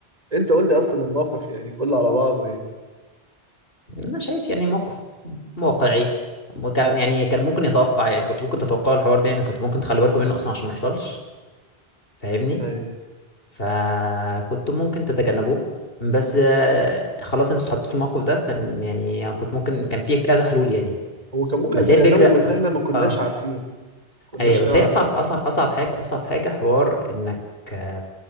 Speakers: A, on the right; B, on the left.
A: انت قول لي اصلا الموقف يعني كله على بعضه
B: انا شايف يعني موقف واقعي وكان يعني كان ممكن يتوقع يعني كنت ممكن تتوقع الحوار ده يعني كنت ممكن تخلوا بالكم منه اصلا عشان ما يحصلش فاهمني
A: يعني
B: فكنت ممكن تتجنبوه بس آه، خلاص انتوا اتحطيتوا في الموقف ده كان يعني كنت ممكن كان فيه كذا حلول يعني
A: هو كان ممكن
B: بس
A: يتجنبه
B: هي الفكرة
A: بس احنا ما كناش
B: اه
A: عارفين كناش
B: ايوه بس
A: نعرف
B: هي اصعب
A: اصلا
B: اصعب اصعب حاجه اصعب حاجه حوار انك آه،